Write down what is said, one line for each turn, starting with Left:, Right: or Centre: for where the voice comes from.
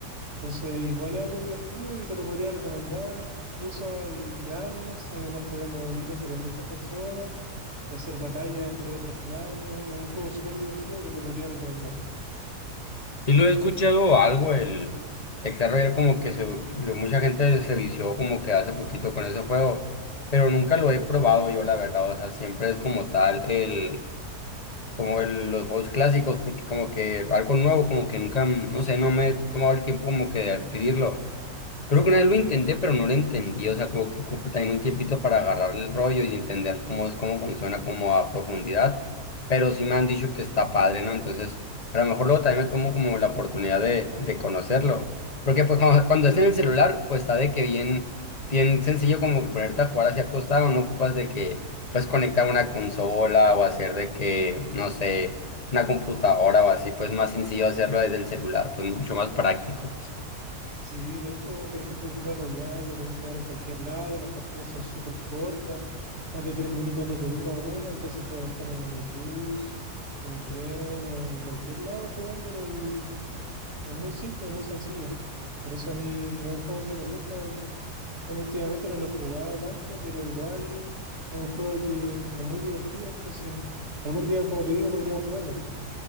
Right: Entonces, igual es algo divertido y te lo podría recomendar. Incluso hay clanes donde nos podemos unir entre muchas personas y hacer batallas entre otros clanes. Es un juego súper divertido, te lo podría recomendar.
Left: Y lo he escuchado algo, el, el Clash Royale como que se, lo- mucha gente se vició como que hace poquito con ese juego, pero nunca lo he probado yo, la verdad, o sea, siempre es como tal el, como el- los juegos clásicos, porque como que algo nuevo, como que nunca, mm, no sé, no me he tomado el tiempo como que de adquirirlo. Creo que una vez lo intenté, pero no lo entendí. O sea, como que ocupa también un tiempito para agarrar el rollo y entender cómo es, cómo funciona, como a profundidad. Pero sí me han dicho que está padre, ¿no? Entonces, a lo mejor luego también me tomo como la oportunidad de, de conocerlo. Porque pues cuando, cuando es en el celular, pues está de que bien, bien sencillo como que ponerte a jugar hacia acostado, no ocupas de que pues conectar una consola o hacer de que, no sé, una computadora o así, pues más sencillo hacerlo desde el celular, pues mucho más práctico.
Right: Sí, de hecho, por ejemplo, el Clash Royale lo podéis jugar en cualquier lado, las partidas son súper cortas, más de tres minutos no te dura una, entonces puedes estar en el bus, en el tren o en cualquier lado jugándolo y es muy simple, muy sencillo. Por eso a mí es un juego que me gusta y, bueno, últimamente no lo he jugado tanto, pero igual es un juego que es muy divertido, entonces algún día, como te digo, podríamos jugarlo.